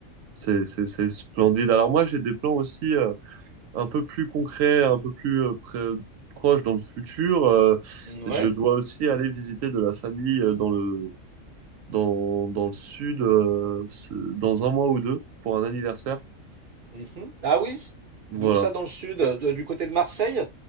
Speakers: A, on the right; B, on the right.
A: c'est c'est- c'est splendide. Alors moi j'ai des plans aussi euh, un peu plus concrets, un peu plus euh, près- proches dans le futur. Euh,
B: Ouais.
A: je dois aussi aller visiter de la famille euh, dans le dans, dans le sud euh, c'est- dans un mois ou deux pour un anniversaire.
B: mhm. Ah oui?
A: Voilà.
B: D'où ça dans le sud, euh, de- du côté de Marseille?